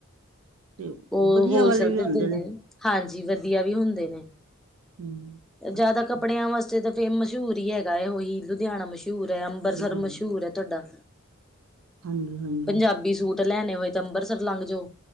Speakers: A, on the right; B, in the centre.
A: ਤੇ
B: ਉਹ
A: ਵਧੀਆ
B: ਹੋਲਸੇਲ
A: ਵਾਲੇ ਵੀ
B: ਤੇ
A: ਹੁੰਦੇ
B: ਦਿੰਦੇ ਨੇ ਹਾਂਜੀ ਵਧੀਆ। ਵਧੀਆ ਵੀ ਹੁੰਦੇ ਨੇ
A: ਹੂੰ
B: ਜਿਆਦਾ
A: ਅੱਛਾ
B: ਕੱਪੜਿਆਂ ਵਾਸਤੇ ਤਾਂ। ਤੇ ਮਸ਼ਹੂਰ ਹੀ ਹੈਗਾ ਉਹੀ ਲੁਧਿਆਣਾ ਮਸ਼ਹੂਰ ਹੈ ਅੰਮ੍ਰਿਤਸਰ
A: ਲੁਧਿਆਣਾ
B: ਮਸ਼ਹੂਰ ਹੈ ਤੁਹਾਡਾ।
A: ਹਾਂਜੀ ਹਾਂਜੀ
B: ਪੰਜਾਬੀ ਸੂਟ ਲੈਣੇ ਹੋਏ ਤੇ ਅੰਮ੍ਰਿਤਸਰ ਲੰਘ ਜਾਓ।